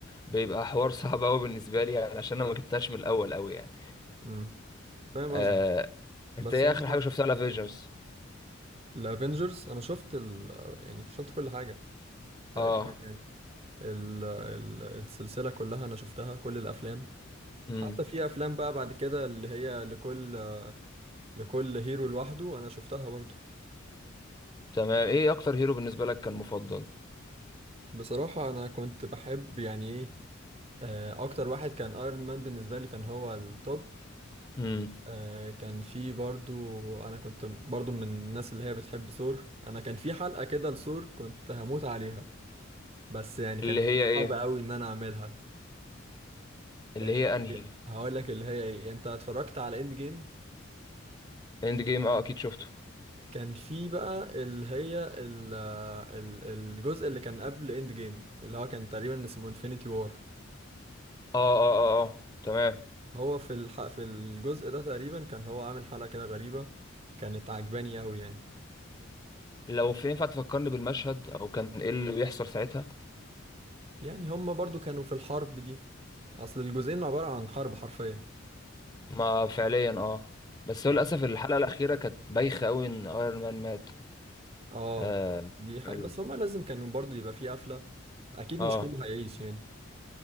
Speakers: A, on the left; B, on the right.
A: بيبقى حوار <laughs> صعب قوي بالنسبة لي يعني عشان انا ما جبتهاش من الاول قوي يعني
B: امم فاهم
A: آه،
B: قصدك
A: انت
B: بس
A: ايه
B: هم
A: اخر حاجة شفتها الافنجرز
B: الافينجرز انا شفت ال... يعني شفت كل حاجة تقريبا
A: اه
B: يعني ال... ال... السلسلة كلها انا شفتها كل الافلام
A: امم
B: حتى في افلام بقى بعد كده اللي هي لكل لكل هيرو لوحده انا شفتها برضو
A: تمام ايه اكتر هيرو بالنسبة لك كان مفضل
B: بصراحة انا كنت بحب يعني ايه آه، اكتر واحد كان ايرون مان بالنسبة لي كان هو التوب
A: امم
B: آه، كان في برضو انا كنت برضو من الناس اللي هي بتحب ثور انا كان في حلقة كده لثور كنت هموت عليها بس يعني كانت
A: اللي هي ايه
B: صعبة قوي ان انا اعملها
A: اللي
B: ال-
A: هي انهي
B: هقول لك اللي هي ايه انت اتفرجت على اند جيم
A: اند جيم اه اكيد شفته
B: كان في بقى اللي هي ال- ال- الجزء اللي كان قبل اند جيم اللي هو كان تقريبا اسمه انفينيتي وار
A: اه اه اه اه تمام
B: هو في الحق في الجزء ده تقريبا كان هو عامل حلقة كده غريبة كانت عجباني قوي يعني
A: لو في ينفع تفكرني بالمشهد او كان ايه اللي بيحصل ساعتها
B: يعني هما برضو كانوا في الحرب دي اصل الجزئين عبارة عن حرب حرفيا
A: ما فعليا اه بس هو
B: ف-
A: للاسف الحلقه الاخيره كانت بايخه قوي ان ايرون مان مات
B: اه
A: آه.
B: دي حقيقة
A: ال-
B: بس هما لازم كانوا برضو يبقى في قفلة اكيد
A: اه
B: مش كله هيعيش يعني